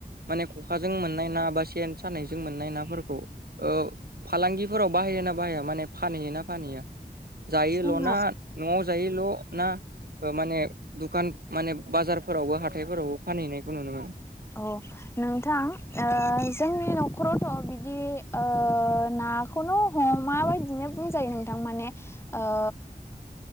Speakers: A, on the right; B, on the left.
A: माने खखाजों मोननाय ना बा सेन सानायजों मोननाय नाफोरखौ ओ फालांगि फोराव बाहाय ना बाहाया माने फानहैयो ना फानहैया जायोल'
B: जोंनाव
A: ना न'आव जायोल' ना माने दुखान माने बाजार फोरावबो हाथायफोरावबो फानहैनायखौ नुनो मोनो
B: अह नोंथां ओ जोंनि न'खरावथ' ओ बिदि ना नाखौनो हमा बायदिनो बुंजायो नोंथां माने ओ